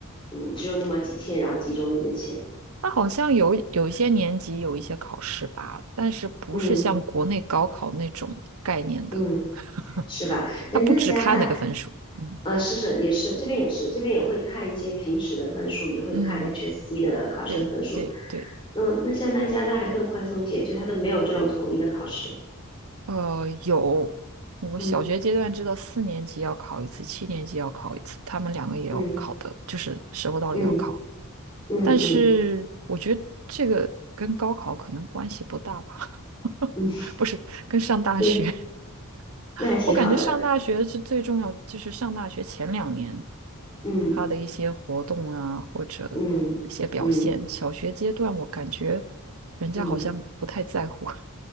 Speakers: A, on the left; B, on the right.
A: 嗯，只有那么几天，然后集中的那些，
B: 他好像有有一些年级有一些考试吧，但是不是像国内高考那种概念的，
A: 嗯嗯，
B: <laughs>
A: 是吧？
B: 他不只看那个分数。
A: 哎，那加拿大。
B: 嗯
A: 啊，是是也是，这边也是，这边也会看一些平时的分数，也会看
B: 嗯，
A: HSC 的考试的分数，
B: 对对对，
A: 嗯，那像在加拿大还更宽松一些，就他都没有这种统一的考试。
B: 呃，有，我小学阶段知道四年级要考一次，
A: 嗯
B: 七年级要考一次，他们两个也要考的，
A: 嗯
B: 就是时候到了也要考。
A: 嗯嗯嗯
B: 但是我觉得这个跟高考可能关系不大吧，<laughs>
A: 嗯
B: 不是，跟上大学。
A: 嗯，
B: <laughs>
A: 那还挺好的。
B: 我感觉上大学是最重要，就是上大学前两年。
A: 嗯
B: 他的一些活动啊，或者一些表现。
A: 嗯嗯
B: 小学阶段，我感觉人家好像不太在乎。
A: 嗯，
B: <laughs>